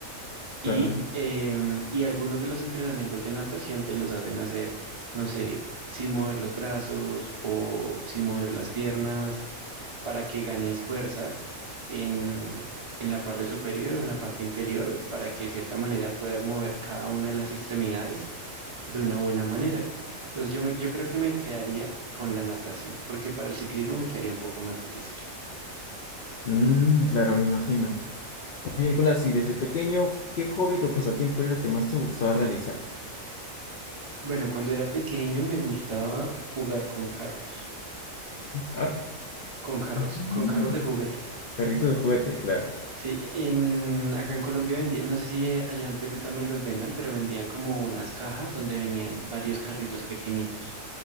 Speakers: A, on the right; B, on the left.
A: Y,
B: Ah, no.
A: em, y algunos de los entrenamientos de natación te los hacen hacer, no sé, sin mover los brazos o sin mover las piernas para que ganes fuerza en, en la parte superior o en la parte inferior, para que de cierta manera puedas mover cada una de las extremidades de una buena manera. Entonces yo, me- yo creo que me quedaría con la natación, porque para el ciclismo me quedaría un poco más difícil.
B: mm, claro, me imagino. Oye, Nicolás, y desde pequeño, ¿qué hobby o pasatiempo era el que más te gustaba realizar?
A: Bueno, cuando era pequeño me gustaba jugar con carros,
B: Un Carro.
A: con carros,
B: Mm,
A: con carros de juguete.
B: Carrito de juguete, claro.
A: Sí, e, en, acá en Colombia vendían, no sé si eh, allá en Perú también los vendan, pero vendían como unas cajas donde venían varios carritos pequeñitos.